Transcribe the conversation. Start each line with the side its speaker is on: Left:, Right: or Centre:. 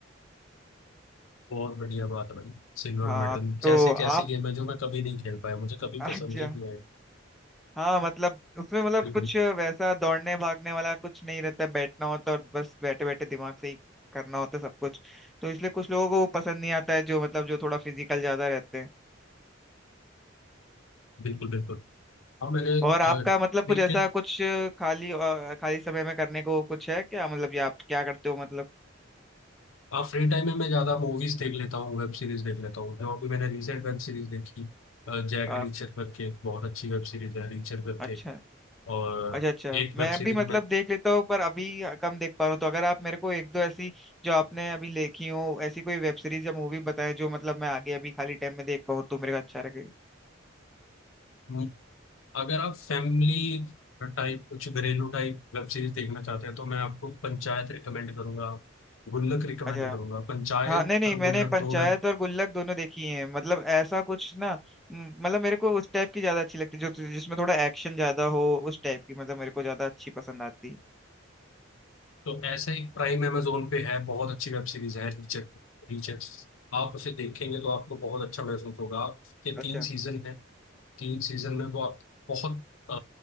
Left: बहुत बढ़िया बात है भाई सिल्वर
Centre: हाँ
Left: मेडल
Centre: तो
Left: जैसे
Centre: आप
Left: कैसी गेम है जो मैं कभी नहीं खेल पाया मुझे कभी
Centre: <laughs> अच्छा
Left: पसंद ही नहीं आई
Centre: हाँ मतलब उसमें मतलब
Left: बिल्कुल
Centre: कुछ वैसा दौड़ने भागने वाला कुछ नहीं रहता बैठना होता और बस बैठे बैठे दिमाग से ही करना होता सब कुछ तो इसलिए कुछ लोगों को वो पसंद नहीं आता है जो मतलब जो थोड़ा फिजिकल ज्यादा रहते हैं
Left: बिल्कुल बिल्कुल हाँ मैंने
Centre: और आपका
Left: क्रिकेट
Centre: मतलब कुछ ऐसा कुछ खाली अ, खाली समय में करने को कुछ है क्या मतलब या आप क्या करते हो मतलब
Left: हाँ फ्री टाइम में मैं ज़्यादा मूवीज़ देख लेता हूँ वेब सीरीज़ देख लेता हूँ जो अभी मैंने रिसेंट वेब सीरीज़ देखी जैक
Centre: अ,
Left: रीचर करके एक बहुत अच्छी वेब सीरीज़ है रीचर करके
Centre: अच्छा
Left: और
Centre: अच्छा अच्छा
Left: एक वेब
Centre: मैं
Left: सीरीज
Centre: भी मतलब देख लेता हूँ पर अभी कम देख पा रहा हूँ तो अगर आप मेरे को एक दो ऐसी जो आपने अभी लिखी हो ऐसी कोई वेब सीरीज या मूवी बताएं जो मतलब मैं आगे अभी खाली टाइम में देख पाऊँ तो मेरे को अच्छा लगेगा
Left: में अगर आप फैमिली टाइप कुछ घरेलू टाइप वेब सीरीज देखना चाहते हैं तो मैं आपको पंचायत रिकमेंड करूंगा गुल्लक रिकमेंड
Centre: अच्छा
Left: करूंगा पंचायत
Centre: हाँ नहीं नहीं
Left: और
Centre: मैंने
Left: गुल्लक
Centre: पंचायत
Left: दो वेब
Centre: और गुल्लक दोनों देखी हैं मतलब ऐसा कुछ ना म, मतलब मेरे को उस टाइप की ज्यादा अच्छी लगती है जो जिसमें थोड़ा एक्शन ज्यादा हो उस टाइप की मतलब मेरे को ज्यादा अच्छी पसंद आती है
Left: तो ऐसा एक प्राइम अमेजोन पे है बहुत अच्छी वेब सीरीज है रीचेक रीचेक आप उसे देखेंगे तो आपको बहुत अच्छा महसूस होगा के
Centre: अच्छा
Left: तीन सीजन है तीन सीजन में वो आप बहुत अ,